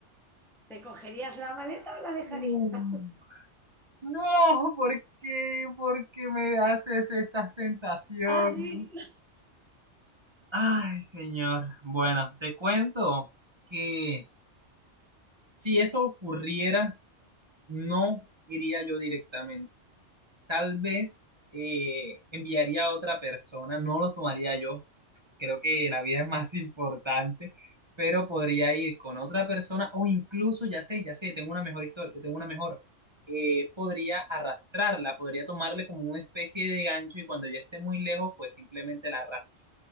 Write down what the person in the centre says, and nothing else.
¿te cogerías la maleta o la dejarías?
<laughs>
¿Has visto?